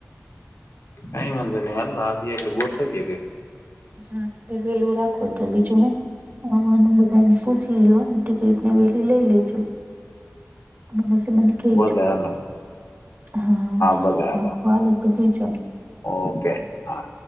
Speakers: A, on the left; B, on the right.
A: કઈ વાંધો નઈ હાલો આવીએે એટલે બોઠવીયે કે.
B: હ એટલે વેલું રાખો તો બીજું હું. હ બધા એને પૂછી લ ટિકિટને વેલી લઈ લેજો. અને મ મને કેઈ
A: ભલે
B: જો
A: હાલો
B: હા
A: ભલે હાલો
B: રાખ વાાલ તો હોય જ.
A: ઓકે હા.